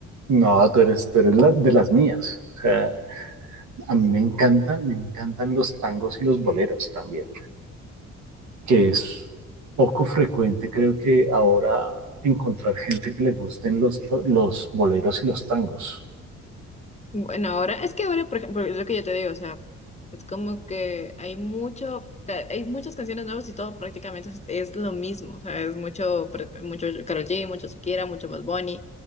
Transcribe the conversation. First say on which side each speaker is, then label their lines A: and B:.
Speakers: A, on the right; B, on the left.
A: no, tú eres, tú eres la- de las mías. O sea, a mí me encanta, me encantan los tangos y los boleros también, que es poco frecuente, creo que ahora encontrar gente que le gusten los, to- los boleros y los tangos.
B: Bueno, ahora, es que ahora, por ejemplo, es lo que yo te digo, o sea, es como que hay mucho, ca- hay muchas canciones nuevas y todo prácticamente es, es lo mismo, o sea, es mucho, pre- mucho Karol G, mucho Shakira, mucho Bad Bunny